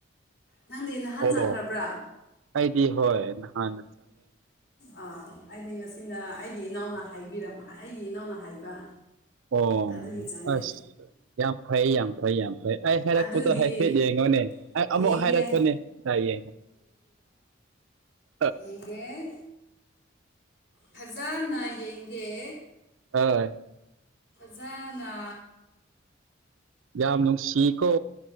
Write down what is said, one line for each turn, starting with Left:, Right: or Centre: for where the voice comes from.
Left: ꯅꯪꯗꯤ ꯅꯍꯥꯟ
Right: ꯑꯣ
Left: ꯆꯪꯈ꯭ꯔꯕ꯭ꯔꯥ
Right: ꯑꯩꯗꯤ ꯍꯣꯏ ꯅꯍꯥꯟ
Left: ꯥ ꯑꯩꯗꯤ ꯉꯁꯤꯅ ꯑꯩꯒꯤ ꯏꯅꯥꯎꯅ ꯍꯥꯏꯕꯤ ꯑꯩꯒꯤ ꯏꯅꯥꯎꯅ ꯍꯥꯏꯕ
Right: ꯑꯣ
Left: ꯑꯗꯨꯒꯤ ꯆꯪꯉꯦ
Right: ꯑꯁ ꯌꯥꯝ ꯐꯩ ꯌꯥꯝ ꯐꯩ ꯌꯥꯝ ꯐꯩ ꯑꯩ ꯍꯥꯏꯔꯛꯄꯗꯣ
Left: ꯑꯗꯨꯗꯤ
Right: ꯍꯥꯏꯐꯦꯠ ꯌꯦꯡꯉꯣꯅꯦ ꯑꯩ
Left: ꯌꯦꯡꯒꯦ
Right: ꯑꯃꯨꯛ ꯍꯥꯏꯔꯛꯄꯅꯦ ꯍꯥꯏꯌꯦꯡꯉꯣ ꯑ
Left: ꯑꯩꯒꯤꯦ
Right: <unintelligible>
Left: ꯐꯖꯅ ꯌꯦꯡꯒꯦ
Right: ꯍꯣꯏ
Left: ꯖꯅꯥ
Right: ꯌꯥꯝ ꯅꯨꯡꯁꯤꯀꯣ